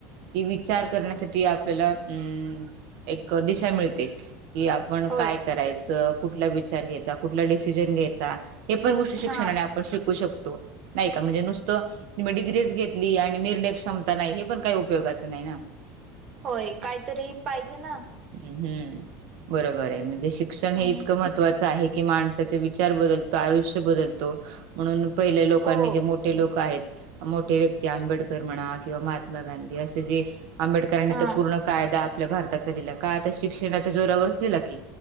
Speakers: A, on the right; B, on the right.
A: की विचार करण्यासाठी आपल्याला अ एक दिशा मिळते आपण
B: होय
A: काय करायचं. च कुठला विचार घ्यायचा कुठला डिसिजन घ्यायचा. शिक्षणाने
B: हा
A: आपण शिकू शकतो नाही का म्हणजे नुस्त तुम्ही डिग्रीच घेतली आणी- निर्णय क्षमता नाही हे पण काही उपयोगाच नाही ना
B: होय काहीतरी पाहिजे ना.
A: हम्म बरोबर आहे म्हणजे शिक्षण
B: हम्म
A: हे इतकं मत- महत्त्वाच आहे की माणसाचे विचार बदलतो आयुष्य बदलतो. म्हणून पहिल्या लोकांनी
B: हो
A: जे मोठे लोक आहेत. मोठे व्यक्ती आंबेडकर म्हणा किंवा महात्मा गांधी असे जे आंबेडकरांनी
B: हा
A: तर पूर्ण. कायदा आपल्या भारताचा लिहीला काता शिक्षणाच्या जोरावरच दिला की